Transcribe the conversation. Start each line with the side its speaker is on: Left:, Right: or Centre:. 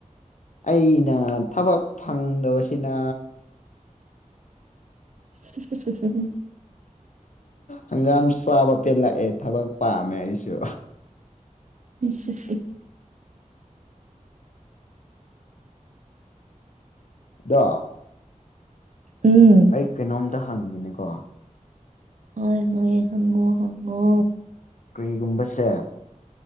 Left: ꯑꯩꯅ ꯊꯕꯛ ꯐꯪꯗꯕꯁꯤꯅꯥ
Right: <unintelligible> <unintelligible>
Left: ꯍꯪꯒꯥꯝ ꯆꯥꯕ ꯄꯦꯜꯂꯛꯑꯦ ꯊꯕꯛ ꯄꯥꯝꯃꯦ ꯑꯩꯁꯨ꯫
Right: <unintelligible>
Left: ꯑꯗꯣ
Right: ꯎꯝ
Left: ꯑꯩ ꯀꯩꯅꯣꯝꯗ ꯍꯪꯒꯦꯅꯦꯀꯣ
Right: ꯍꯣꯏ ꯍꯣꯏ ꯍꯪꯉꯣ ꯍꯪꯉꯣ
Left: ꯀ꯭ꯔꯤꯒꯨꯝꯕꯁꯦ